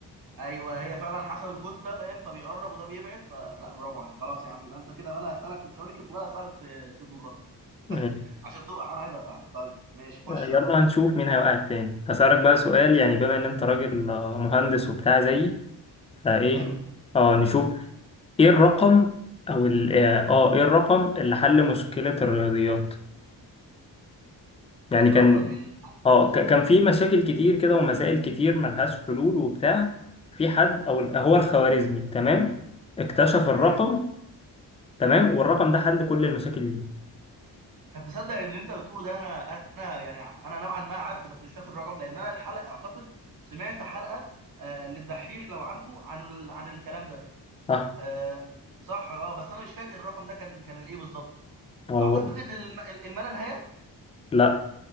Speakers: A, on the right; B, on the left.
A: ايوه هي فعلا حسب الكتله فاهم فبيقرب وده بيبعد فلا برافو عليك خلاص يا عم يبقى انت كده ولا اسالك في الكواكب ولا اسالك في في الجغرافيا
B: ماشي
A: عشان تقع انا عايز اقع طيب ماشي خش
B: يلا
A: يا باشا
B: هنشوف مين هيوقع التاني هسألك بقى سؤال
A: ماشي
B: يعني بما إن أنت راجل آه، مهندس وبتاع زيي فإيه
A: حلو
B: أه نشوف إيه الرقم أو ال آه آه، إيه الرقم اللي حل مشكلة الرياضيات يعني
A: الرقم
B: كان
A: اللي
B: أه
A: وصلت
B: ك- كان في مشاكل كتير كده ومسائل كتير ملهاش حلول وبتاع في حد أو ال- هو الخوارزمي تمام اكتشف
A: تمام
B: الرقم تمام والرقم ده حل كل المشاكل دي
A: طب تصدق ان انت بتقوله ده انا انا يعني انا نوعا ما عارفه بس مش فاكر الرقم لان انا الحلقه اعتقد سمعت حلقه آه للدحيح لو عارفه عن ال... عن الكلام ده
B: صح
A: آه صح اه بس انا مش فاكر الرقم ده كان كان الايه بالظبط
B: أو
A: اعتقد الم... الما لا نهايه
B: لا